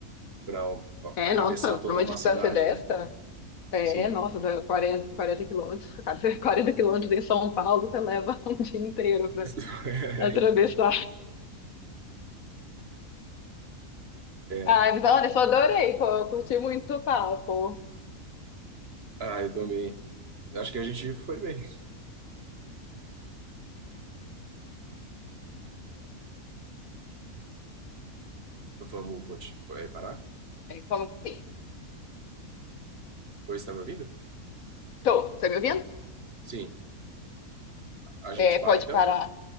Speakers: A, on the right; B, on the left.
A: para
B: É,
A: atravessar
B: nossa,
A: toda
B: para uma
A: uma
B: distância
A: cidade,
B: dessa,
A: né?
B: é,
A: Sim.
B: nossa, pra 40, 40 quilômetros, cara, <laughs> 40 quilômetros em São Paulo, você leva <laughs> um dia inteiro
A: <laughs>
B: para atravessar.
A: É.
B: Ai, mas olha, eu só adorei, pô, eu curti muito o papo.
A: Ah, eu também. Acho que a gente foi bem. Vamos conti- é, parar?
B: É, como que.
A: Oi, você está me ouvindo?
B: Tô, tá me ouvindo?
A: Sim. A gente
B: É,
A: para
B: pode
A: então?
B: parar.